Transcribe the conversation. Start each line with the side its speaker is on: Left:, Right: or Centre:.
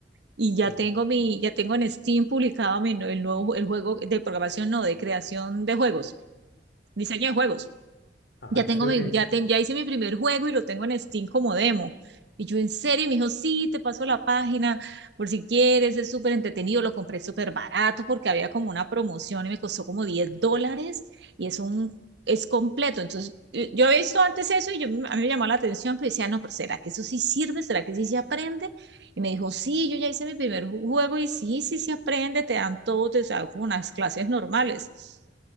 Right: y
Left: Wow.
Right: ya tengo mi, ya tengo en Steam publicado mi, el nuevo el juego de programación, no, de creación de juegos, diseño de juegos
Left: Ah,
Right: ya
Left: chévere.
Right: tengo mi, ya, ten- ya hice mi primer juego y lo tengo en Steam como demo. Y yo, en serio, y me dijo, sí, te paso la página por si quieres, es súper entretenido, lo compré súper barato porque había como una promoción y me costó como 10 dólares y es un, es completo. Entonces, eh, yo había visto antes eso y yo, a mí me llamó la atención, pero decía, no, pero ¿será que eso sí sirve? ¿Será que sí se aprende? Y me dijo, sí, yo ya hice mi primer ju- juego y sí, sí se aprende, te dan todo, te dan unas clases normales.